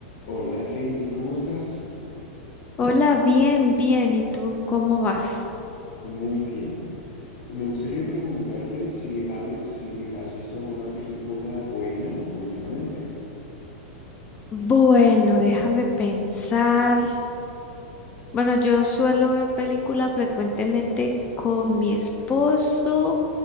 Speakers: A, on the left; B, on the left.
A: Hola Heidi, ¿cómo estás?
B: Hola, bien, bien. ¿Y tú cómo vas?
A: Muy bien. Me gustaría preguntarte si, ha vi- si has visto alguna película buena últimamente.
B: Bueno, déjame pensar. Bueno, yo suelo ver películas frecuentemente con mi esposo